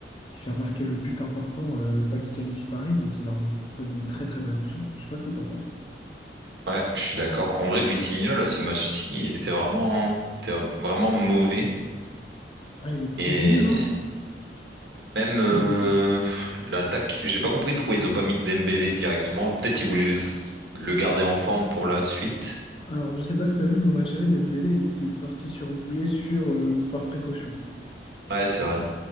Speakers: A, on the left; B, on the right.
A: qui vient marquer le but important, euh, pas qui qualifie Paris, mais qui leur donne une très très belle option. Je sais pas ce que t'en penses.
B: Ouais, je suis d'accord. En vrai, Vitinha, là, ce match-ci, il était vraiment, il était vraiment mauvais.
A: Ah, il était
B: Et
A: nul, hein.
B: Même euh,
A: Je l'ai-
B: l'attaque, j'ai pas compris pourquoi ils ont pas mis Dembélé directement. Peut-être ils voulaient le le garder en forme pour la suite.
A: Alors, je sais pas si t'as vu, mais au match aller, Dembélé était sorti sur blessure euh, par précaution.
B: Ouais, c'est vrai.